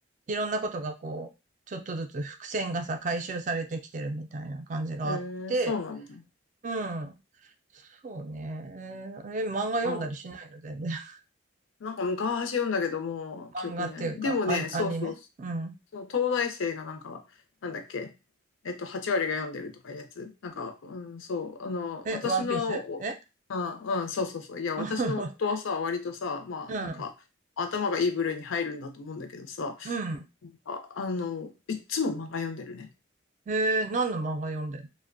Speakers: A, on the right (about 40°); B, on the left (about 80°).
A: いろんなことがこう、ちょっとずつ伏線がさ、回収されてきてるみたいな感じがあって、
B: へえそうなんだ。
A: うん。そうね。え、漫画読んだりしないの全然。
B: あ、
A: <laughs>
B: なんか昔読んだけど、もう記憶にない。
A: 漫画っていうか、
B: でもね、
A: アニ、
B: そうそう、
A: アニメうん。
B: その東大生がなんか、なんだっけ、えっと、8割が読んでるとかいうやつ。なんか、うん、そう、あの、
A: え、
B: 私の、
A: ワンピースえ
B: おあ、うん、そうそうそう。いや、私の夫はさ、
A: <laughs> う
B: 割とさ、まあ、
A: ん。
B: なんか、頭がいい部類に入るんだと思うんだけどさ、
A: うん。
B: あ、あの、いっつも漫画読んでるね。
A: えー、何の漫画読んでん